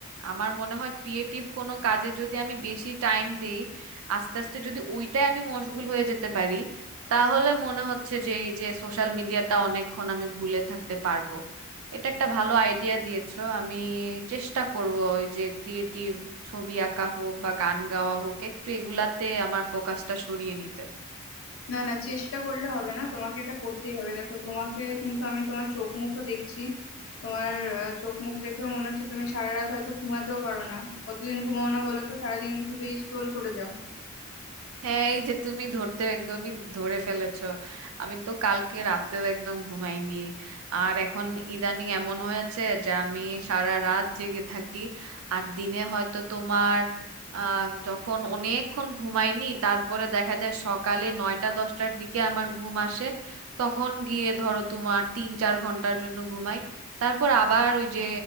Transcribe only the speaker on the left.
না না চেষ্টা করলে হবে না তোমাকে এটা করতেই হবে দেখো তোমাকে কিন্তু আমি তোমার চোখ মুখও দেখছি তোমার আহ, চোখ মুখ দেখেও মনে হচ্ছে তুমি সারা রাত হয়তো ঘুমাতেও পারো না কতদিন ঘুমাও না বলো তো সারাদিন শুধু স্ক্রোল করে যাও